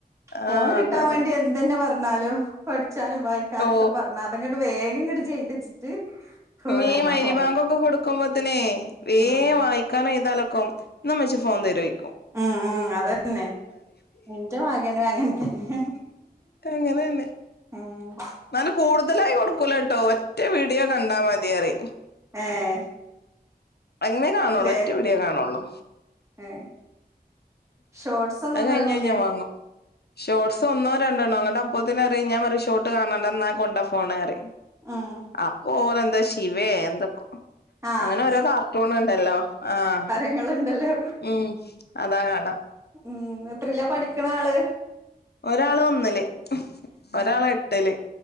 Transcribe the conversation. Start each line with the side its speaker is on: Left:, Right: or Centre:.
Left: ആഹ്
Right: ഫോൺ കിട്ടാൻ
Left: അതാണ്
Right: വേണ്ടി എന്തന്നെ പറഞ്ഞു. പറഞ്ഞാലും പഠിച്ചാനും വായിക്കാനൊക്കെ
Left: ഓ
Right: പറഞ്ഞാ അതങ്ങോട്ട് വേഗം ഇങ്ങോട്ട് ചെയ്തച്ചിട്ട്. ഫോണ്
Left: നീ
Right: ഉമ്മ
Left: മഹരിബി
Right: ഫോണ്
Left: ബാങ്കൊക്കെ കൊടുക്. ക്ക്പോത്തിനെ വേ
Right: ഉം
Left: വായിക്കാനും എഴുതാനൊക്കാകും നമ്മച്ചി ഫോൺ തരുവോയ്ക്കും.
Right: ഉം ഉം അത് തന്നെ എന്റെ മായിരിന്നെമകനും അങ്ങനെ തന്നെ.
Left: അങ്ങനെന്നെ
Right: ഉം
Left: എന്നാലും കൂടുതലായി കൊടുക്കൂലട്ടോ ഒറ്റ വീഡിയോ കണ്ടാ മതിയറി.
Right: ഏഹ്
Left: അങ്ങനെ കാണുള്ളൂ
Right: ല്ല
Left: ഒറ്റ വീഡിയോ കാണുള്ളൂ
Right: ഏഹ് ഷോർട്സ് ഒന്നും
Left: അത് കഴിഞ്ഞ്
Right: കാണൂല്ലേ.
Left: കഴിഞ്ഞാ വാങ്ങും ഷോർട്സ് ഒന്നോ രണ്ടണ്ണോ അപ്പത്തിന് അറിം ഞാൻ ഒരു ഷോർട്ട് കാണണ്ട എന്ന കൊണ്ടാ ഫോണറിം.
Right: ഉം
Left: അപ്പൊ ഓഹ് എന്താ ശിവേ എന്തൊക്ക.
Right: ആഹ്
Left: അങ്ങനെ ഓരോ കാർട്ടൂൺ ഉണ്ടല്ലോ ആഹ്.
Right: നിങ്ങളുണ്ടല്ലോ.
Left: ഉം അതാ കാണാ
Right: ഉം എത്രീല പഠിക്കണെ ആള്.
Left: ഒരാള് ഒന്നില് ഒരാള് എട്ടില്.